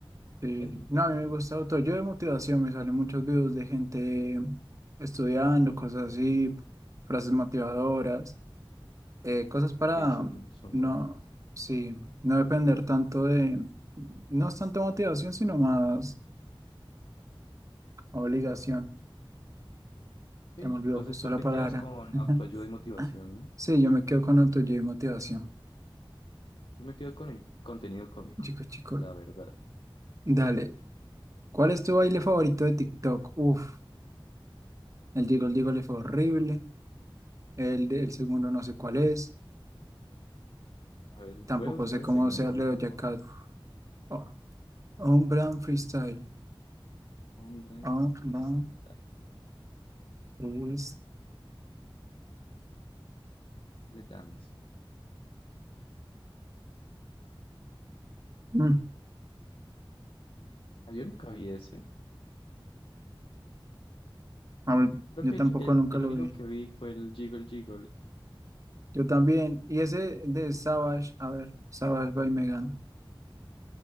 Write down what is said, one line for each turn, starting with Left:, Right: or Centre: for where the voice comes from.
Right: Sí.
Left: <laughs>
Right: No, a mí me gusta autoayuda y motivación, me salen muchos videos de gente estudiando, cosas así, frases motivadoras, eh, cosas para
Left: Ok, son, son
Right: no,
Left: buenos.
Right: sí, no depender tanto de, no es tanto motivación, sino más obligación.
Left: Ok, Entonces
Right: se me olvidó justo
Left: tú
Right: la
Left: te
Right: palabra.
Left: quedas con
Right: <laughs>
Left: autoayuda y motivación, ¿no?
Right: Sí, yo me quedo con el tuyo de motivación.
Left: Yo me quedo con el contenido cómico,
Right: Chico, chico,
Left: la verdad.
Right: dale. ¿Cuál es tu baile favorito de TikTok? Uf, el Jiggle Jiggle fue horrible. El, de- el segundo no sé cuál es.
Left: A ver,
Right: Tampoco
Left: voy a buscar
Right: sé
Left: el
Right: cómo
Left: segundo
Right: sea el
Left: porque...
Right: de Cat. Oh, un brand freestyle.
Left: Freestyle, online
Right: Un
Left: freestyle,
Right: brand freestyle.
Left: estilo dance.
Right: Mm,
Left: Ah, yo nunca vi ese.
Right: a ver,
Left: Creo
Right: yo
Left: que
Right: tampoco
Left: yo- el,
Right: nunca
Left: el
Right: lo
Left: único
Right: vi.
Left: que vi fue el Jiggle Jiggle.
Right: Yo también. Y ese de Savage, a ver, Savage by Megan.